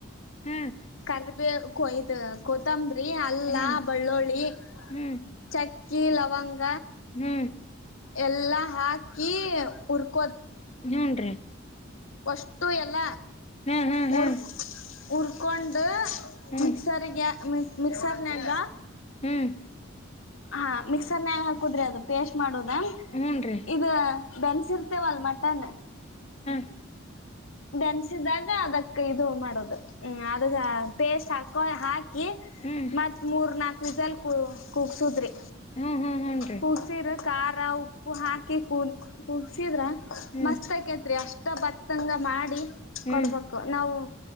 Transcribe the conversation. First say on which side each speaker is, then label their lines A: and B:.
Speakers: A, on the left; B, on the left.
A: ಹ್ಮ್
B: ಕಲ್ ಕೊಯ್ದ ಕೊತ್ತಂಬರಿ ಅಲ್ಲ
A: ಹ್ಮ್
B: ಬಳ್ಳುಳ್ಳಿ
A: ಹ್ಮ್
B: ಚ ಕೀ ಲವಂಗ್
A: ಹ್ಮ್
B: ಎಲ್ಲಾ ಹಾಕಿ ಉರ್ಕೊಳ್ಳೋದು
A: ಹೂನ್ ರೀ
B: ಪ್ರಷ್ಟು ಎಲ್ಲ
A: ಹ್ಮ್ ಹ್ಮ್
B: ಹರ್ಕ್
A: ಹ್ಮ್
B: ಹರ್ಕೊಂಡು
A: ಹ್ಮ್
B: ಮಿಕ್ಸರ್ಗೆ ಮಿಕ್ಸರ್ನನಾಗ
A: ಹ್ಮ್
B: ಹಾ ಮಿಕ್ಸರ್ ನ ಹಾಕುದ್ರಿ ಅದು ಪೇಸ್ಟ್ ಮಾಡುದ
A: ಹೂನ್ರಿ
B: ಇಧು ಬೆನ್ಸಿರ್ತೇವಲ್ ಮಟನ್
A: ಹ
B: ಬೆನ್ಸಿದಾಗ ಅದಕ್ ಇದು ಮಾಡೋದು ಹ್ಮ ಅದಗ ಪೇಸ್ಟ್ ಹಾಕೋ ಹಾಕಿ
A: ಹ್ಮ್
B: ಮತ್ ಮೂರ್ ನಾಕ ಪಿಸಲ್ ಕು ಕುೂಗ್ಸುದ್ರಿ
A: ಹ್ಮ್ ಹ್ಮ್ ಹೂನ್ರಿ
B: ಕುಗ್ಸರ ಖಾರ ಉಪ್ಪು ಹಾಕಿ ಕುದ ಕುದಸಿದ್ರೆ
A: ಹ್ಮ್
B: ಮಸ್ತ್ ಆಕೈತ್ರಿ ಅಷ್ಟ ಭತ್ತಂಗ ಮಾಡಿ
A: ಹ್ಮ್
B: ಕೊಡ್ಬೇಕಕ್ು ನಾವವು